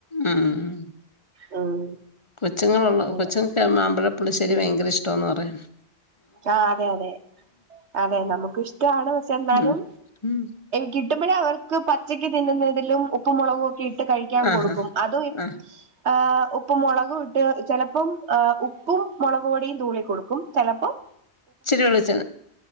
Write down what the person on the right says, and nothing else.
ഉം
അതെ
ആഹ് അതെ അതെ അതെ നമുക്ക് ഇഷ്ടാണ് പക്ഷെ എന്നാലും
കിട്ടുമ്പോഴ അവർക്ക് പച്ചക്ക് തിന്നുന്നതിലും ഉപ്പു മുളകും ഒക്കെ ഇട്ട് ട്ട് കഴിക്കാൻ
കൊടുക്കും
അതും ഇ
ഏഹ് ഉപ്പ് മുളകും ഇട്ട് ചിലപ്പം ഏഹ് ഉപ്പും മുളക് പൊടിയും തൂളി കൊടുക്കും ചെലപ്പം